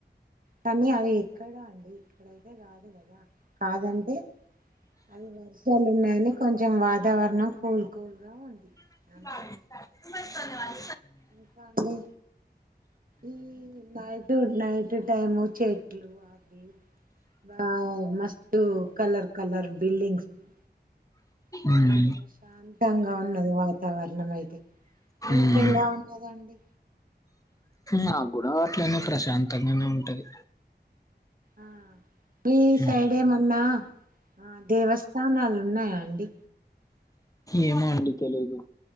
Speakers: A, on the right; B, on the left.
A: కానీ అవి ఎక్కడా అండి. ఇక్కడయితే కాదు గాద. కాదంటే అవి వర్షాలు ఉన్నాయి నీక్ కొంచెం వాతావరణం కూల్ కూల్గా ఉంది
B: <unintelligible>
A: అంతే
B: దుమ్ము లేతంది గాదె
A: ఇంకా అండి ఈ నైట్ నైట్ టైము చెట్ వావ్ మస్త్ కలర్ కలర్ బిల్డింగ్స్ ఉ చాలా
B: మ్మ్.
A: ప్రశాంతంగా ఉన్నది వాతావరణం అయితే మీకెలా
B: మ్మ్.
A: ఉ ంది
B: నా గూడ అట్లనే ప్రశాంతంగానే ఉంటది
A: ఆ మీ
B: మ్మ్.
A: సైడ్ ఏమన్న ఆ దేవస్థానాలు ఉన్నాయా అండి
B: ఏమో అండి తెలీదు